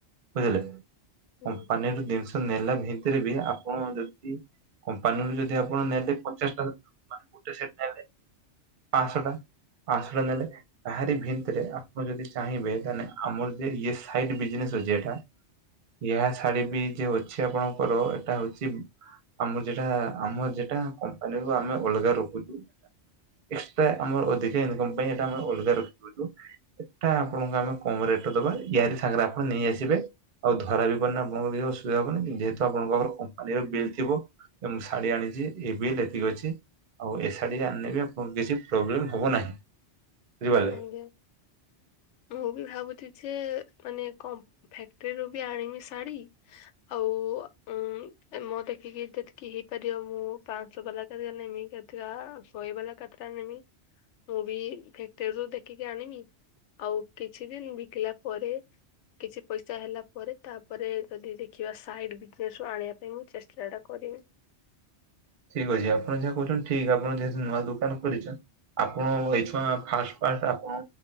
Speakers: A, on the right; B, on the left.
A: <unintelligible> ବୁଝିଲେ କମ୍ପାନୀରୁ
B: ହୁଁ,
A: ଜିନିଷ ନେଲା ଭିତରେ ବି ଆପଣ ଯଦି କମ୍ପାନୀରୁ ଯଦି ଆପଣ ନେଲେ ପଚାଶ ଟା ମାନେ ଗୋଟେ ସେଟ ନେଲେ ପାସଂଟା ପାସଂଟା ନଲେ ତାହାରି ଭିନ୍ତିରେ ଆପଣ ଯଦି ଚାହିଁବେ ତାନେ ଆମର ଯେ ଇଏ ସାଇଡ୍ ବିଜନେସ ଅଛ ଏଟା। ଏୟାହ ଶାଢ଼ୀ ବି ଯେ ଅଛେ ଆପଣଙ୍କର ଏଟା ହଉଛି। ଆମର ଯେଟା ଆମର ଯେଟା କମ୍ପାନୀରୁ ଆମେ ଅଲଗା ରଖୁଛୁ। ଏକ୍ସଟ୍ରା ଆମର ଅଧିକା ଇନକମ୍ ପାଇଁ ଏଟା ଆମର ଅଲଗା ରଖୁଛୁ। ଏଟା ଆପଣଙ୍କୁ ଆମେ କମ ରେଟରେ ଦବା ୟାରି ସାଙ୍ଗରେ ଆପଣ ନେଇ ଆସିବେ। ଆଉ ଧରା ବି ପଡ଼ିନା <unintelligible> ମୁଁ ବିି ଅସୁବିଧା ହବନି କି ଯେହେତୁ ଆପଣଙ୍କ ପାଖର କମ୍ପାନୀର ବିଲ୍ ଥିବ ଏବଂ ଶାଢୀ ଆଣି। ଯେ ଏବେ ଏତକୀ <unintelligible> ଅଛି ଆଉ ଏ ଶାଢ଼ୀ ଆଣିଲେ ବି ଆପଣଙ୍କୁ କିଛି ପ୍ରୋବ୍ଲେମ୍ ହବ ନାହିଁ। ବୁଝିପାରିଲେ।
B: ହୁଁ ଆଜ୍ଞା ମୁଁ ବି ଭାବୁଛି ଯେ। ମାନେ କମ୍ ଫକ୍ଟ୍ରିରୁୁ ବି ଆଣନି ଶାଢୀ ଆଉ ଉମ ମ ଦେଖ୍ ତିକେ ଯେତିକି ହେଇପାରିବ ମୁଁ ପାଞ୍ଚଶହ ଗଲା କରେ ଅନେଇବି କାତକା ଶହେ ବାଲା କାତରା ନେମି ମୁଁ ବି ଫେକ୍ଟିରୁୁ ଦେଖିକି ଆଣିବି ଆଉ କିଛି ଦିନ ବିକିଲା ପରେ କିଛି ପଇସା ହେଲା ପରେ ତାପରେ ଯଦି ଦେଖିବା ସାଇଡ ବିଜନେସ ରୁ ଆଣିବା ପାଇଁ ମୁଁ ଚେଷ୍ଟା ଟା ଅଦିମ
A: ଠିକ ଅଛି ଆପଣ ଯାହା କହୁଛନ୍ତି ଠିକ ଆପଣ ଯେହେତୁ ନୂଆ ଦୋକାନ କରିଛ। ଆପଣ ଏଇଛୁଆ ଫାଷ୍ଟ ପାର୍ଟ ଆପଣ